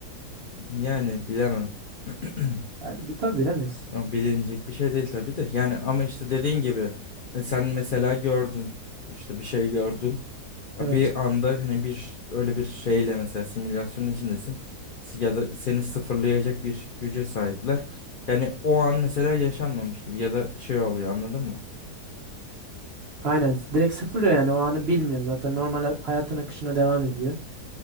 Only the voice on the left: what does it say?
Yani bilemem. <clears throat>
Ama Bilinecek bir şey değil tabii de. Yani ama işte dediğin gibi e, sen mesela gördün işte bir şey gördün. Ya
Bir anda hani bir öyle bir şeyle mesela simülasyonun içindesin Si- ya da seni sıfırlayacak bir güce sahipler. Yani o an mesela yaşanmamış gibi ya da şey oluyor anladın mı?